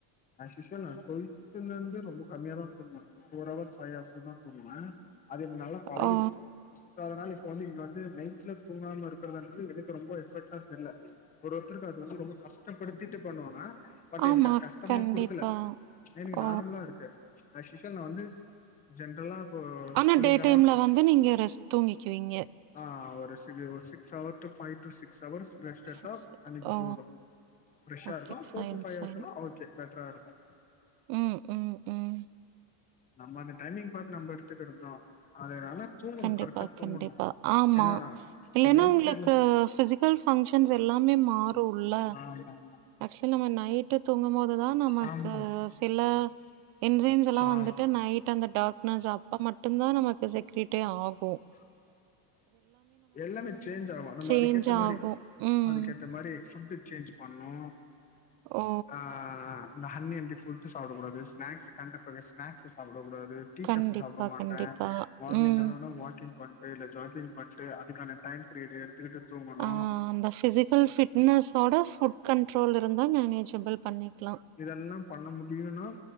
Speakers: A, on the left; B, on the right.
A: அஸ் யூஷுவல் நா குவைத்துல இருந்து ரொம்ப கம்மியா தா தூங்குவ ஃபோர் ஹவர்ஸ் ஃபைவ் ஹவர்ஸ் தா தூங்குவ அது என்ன நல்லா பழவிடுச்சு
B: ஆ
A: சோ அதனால இப்ப வந்து இங்க வந்து நைட்ல தூங்காம இருக்கிறதுன்றது எனக்கு ரொம்ப டிஃபெட்டா தெர்ல ஒரு ஒருத்தருக்கு அது வந்து ரொம்ப கஷ்டப்படுத்திட்டு பண்ணுவாங்க பட்
B: ஆமா
A: எனக்கு அது கஷ்டமா
B: கண்டிப்பா
A: குடுக்கல எனக்கு
B: ஓ
A: நார்மலா இருக்கு அஸ்யூஷுவல் நா வந்து ஜென்ரலா இப்போ
B: ஆனா
A: கூலிங்கல்லா
B: டே டைம்ல வந்து நீங்க ரெஸ் தூங்கிக்குவீங்க
A: ஆ ஒரு சிரு ஒரு six hour to five to six hours rest எடுத்தா
B: சிக்ஸ்
A: அன்னைக்கு
B: ஓ
A: போது ஃபிரெஸ்ஷா
B: ஓகே
A: இருக்கு
B: fine
A: four to five
B: fine
A: அவர்ஸ்னா ஓகே பெட்டரா இருக்கு
B: ம் ம் ம்
A: நம்ம அந்த டைமிங் பார்த்து நம்ம எடுத்துக்கிறது தா அதனால தூங்கணு
B: கண்டிப்பா
A: கரெக்டா தூங்கணு
B: கண்டிப்பா ஆமா
A: ஏன்னா இப்ப
B: இல்லன்னா
A: நைட்ல
B: உங்ளுக்கு ஃபிசிக் ஃபுல் ஃபங்ஷன்ஸ் எல்லாமே மாறுல்ல
A: ஆமா
B: ஆக்ஷுவல் நம்ம நைட் விட்டு தூங்கும்போதுதான் நமக்கு
A: ஆமா
B: சில என்ஜைம்ஸ் எல்லா
A: ஆ
B: வந்துட்டு நைட் அந்த டாக்னஸ் அப்பா மட் ட்டுன்தா நமக்கு செக்ரிட்டே ஆகும்
A: <inaudible> எல்லாமே சேஞ்ச் ஆகும் நம்ம
B: சேஞ்ச்
A: அதுக்கேத்த மாதிரி
B: ஆகு ம்
A: அதுக்கேத்த மாதிரி ஃபுட்டு சேஞ்ச் பண்ணு
B: ஓ
A: ஆ ஆ இந்த ஹன் எழ்தி ஃபுட்டு் சாப்டக் கூடாது ஸ்நாக்ஸ் கண்ட ஃபக ஸ்நாக்ஸ் சாப்டக் கூடாது டீ
B: கண்டிப்பா
A: காஃபி சாப்ட மாட்டேன்
B: கண்டிப்பா
A: மார்னிங்
B: ம்
A: எழ்ந்தவுட்னே வாக்கிங் பன் எ ந ஜாகிங் பண்ட்டு அதுக்கான டைம் ப்ரீடு் எடுத்துக்கிட்டு தூங்கணும்
B: ஆ அந்த ஃபிசிக்கல் ஃபிட்னஸிட ஃபுட் கண்ட்ரோல் இருந்தா மேனேஜபிள் பண்ணிக்லா
A: இதெல்லாம் பண்ண முடியுன்னா